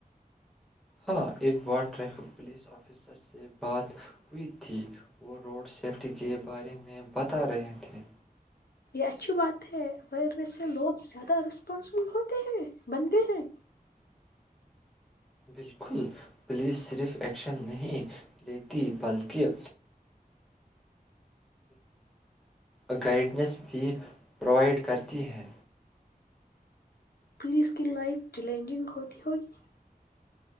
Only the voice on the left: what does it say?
یہ اچھی بات ہے اورنیس سے لوگ زیادہ رسپانسبل ہوتے ہیں بنتے ہیں
پلیز کی لائف چیلنجنگ ہوتی ہوگی